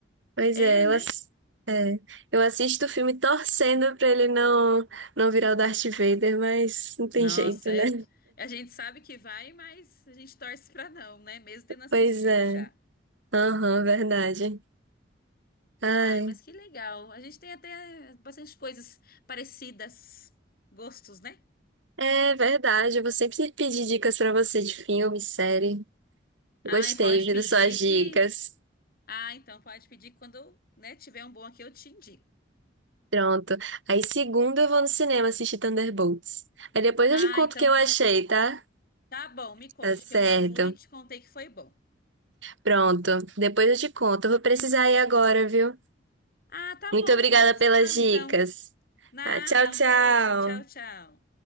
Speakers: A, on the right (about 85°); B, on the left (about 50°).
A: Pois
B: É,
A: é,
B: né?
A: eu, ass- é, eu assisto o filme torcendo pra ele não, não virar o Darth Vader, mas não tem
B: Nossa,
A: jeito,
B: eu-
A: né?
B: a gente sabe que vai, mas a gente torce pra não, né? Mesmo tendo assistido
A: Pois é.
B: já.
A: Aham, verdade. Ai,
B: Ai, mas que legal. A gente tem até bastante coisas parecidas, gostos, né?
A: é verdade. Eu vou sempre pedir dicas pra você de filme, série.
B: Ai,
A: Gostei,
B: pode
A: viu,
B: pedir
A: das suas dicas.
B: que. Ah, então pode pedir que quando, né, tiver um bom aqui, eu te indico.
A: Pronto. Aí, segunda, eu vou no cinema assistir Thunderbolts. Aí depois
B: Ah,
A: eu te conto
B: então
A: o que eu
B: vá.
A: achei, tá?
B: Tá bom, me conte,
A: Tá certo.
B: que eu já fui e te contei que foi bom.
A: Pronto. Depois eu te conto. Eu vou precisar ir agora, viu?
B: Ah, tá
A: Muito
B: bom,
A: obrigada
B: depois a gente
A: pelas
B: se fala
A: dicas.
B: então. Nada,
A: Tá, tchau, tchau.
B: um beijo, tchau, tchau.